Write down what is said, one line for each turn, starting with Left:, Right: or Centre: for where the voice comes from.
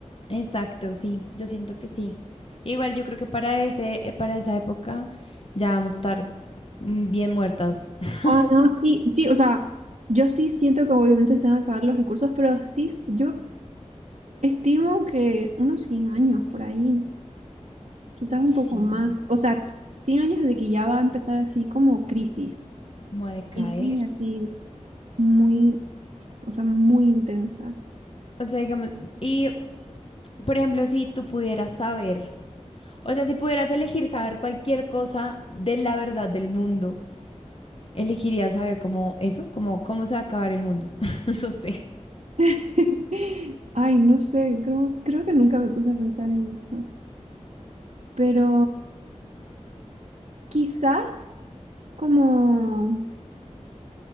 Left: Exacto, sí, yo siento que sí. Igual yo creo que para ese, eh, para esa época ya vamos a estar mm, bien muertas. <laughs>
Right: Ah, no, sí, sí, o sea, yo sí siento que obviamente se van a acabar los recursos, pero sí, yo estimo que unos 100 años por ahí. Quizás un
Left: Sí,
Right: poco más. O sea, 100 años de que ya va a empezar así como crisis.
Left: como a decaer.
Right: Crisis así muy, o sea, muy intensa.
Left: O sea, digamos, y por ejemplo, si tú pudieras saber, o sea, si pudieras elegir saber cualquier cosa de la verdad del mundo, elegirías saber como eso, como cómo se va a acabar el mundo. <laughs> No sé.
Right: <laughs> Ay, no sé, creo, creo que nunca me puse a pensar en eso. Pero quizás como,